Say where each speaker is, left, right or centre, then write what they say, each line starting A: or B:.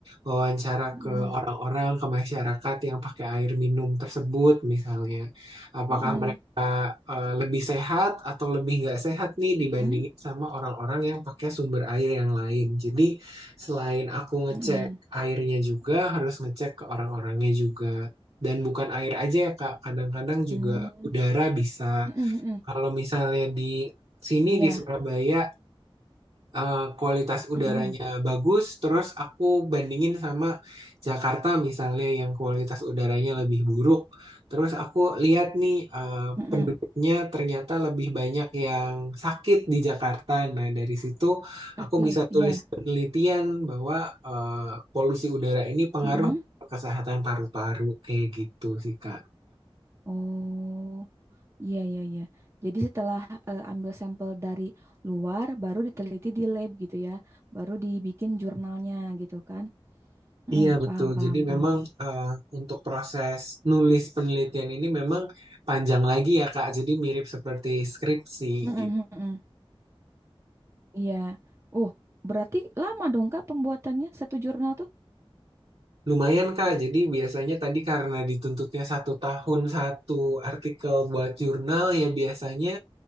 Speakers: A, on the right; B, on the right.
A: wawancara
B: Hmm.
A: ke orang-orang, ke masyarakat yang pakai air minum tersebut misalnya. Apakah
B: mm-mm,
A: eh, lebih sehat atau lebih nggak sehat nih dibandingin
B: mm-mm,
A: sama orang-orang yang pakai sumber air yang lain. Jadi selain aku
B: mm-mm,
A: ngecek
B: mm-mm, mm-mm,
A: airnya juga harus ngecek ke orang-orangnya juga. Dan bukan air aja ya Kak, kadang-kadang juga
B: mm-mm,
A: udara bisa.
B: mm-mm, mm-mm.
A: Kalau misalnya di sini
B: Iya.
A: di Surabaya eh, kualitas udaranya
B: mm-mm,
A: bagus, terus aku bandingin sama Jakarta misalnya yang kualitas udaranya lebih buruk. Terus aku lihat nih eh,
B: mm-mm.
A: penduduknya ternyata lebih banyak yang sakit di Jakarta. Nah, dari situ
B: Sakit,
A: aku bisa tulis
B: ya.
A: penelitian bahwa eh, polusi udara ini pengaruh
B: Mm-mm.
A: ke kesehatan paru-paru kayak gitu sih Kak.
B: Oh, iya iya iya. Jadi setelah eh, ambil sampel dari luar, baru diteliti di lab gitu ya, baru dibikin jurnalnya gitu kan? Mm,
A: Iya betul.
B: paham paham
A: Jadi
B: paham.
A: memang eh, untuk proses nulis penelitian ini memang panjang lagi ya Kak. Jadi mirip seperti skripsi
B: Mm-mm,
A: gitu.
B: mm-mm. Iya. Oh, berarti lama dong Kak pembuatannya satu jurnal tuh?
A: Lumayan Kak. Jadi biasanya tadi karena dituntutnya satu tahun satu artikel buat jurnal ya biasanya